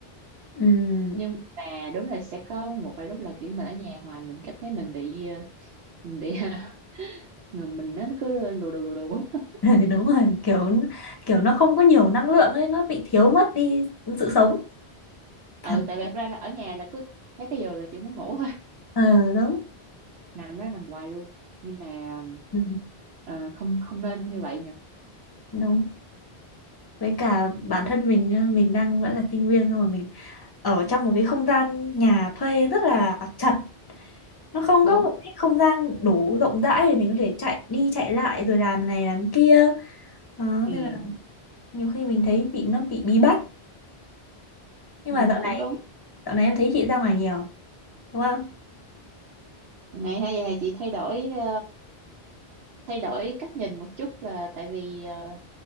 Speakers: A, on the left (about 25°); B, on the right (about 80°).
A: ừ
B: nhưng mà đúng là sẽ có một vài lúc là kiểu mình ở nhà hoài mình cảm thấy mình bị ờ, mình bị <laughs> người mình nó nó cứ lù đù lù đù á.
A: <laughs> đúng rồi kiểu kiểu nó không có nhiều năng lượng ấy nó bị thiếu mất đi sự sống
B: ừ
A: cảm
B: tại vì thật ra là ở nhà là cứ thấy cái giường là chị muốn ngủ thôi
A: ờ đúng
B: nằm đó nằm hoài luôn nhưng mà
A: ừ,
B: ờ, không không nên như vậy nhỉ
A: đúng với cả bản thân mình nhá, mình đang vẫn là sinh viên xong rồi mình ở trong một cái không gian nhà thuê rất là chật nó không
B: đúng
A: có một cái không gian đủ rộng rãi để mình có thể chạy đi chạy lại rồi làm này làm kia đó,
B: ừ,
A: nên là nhiều khi mình thấy bị nó bị bí bách nhưng
B: ừ
A: mà dạo
B: cũng
A: này
B: đúng
A: dạo này em thấy chị ra ngoài nhiều đúng không
B: ngày nay ha, giờ này chị thay đổi ờ, thay đổi cách nhìn một chút là tại vì ờ,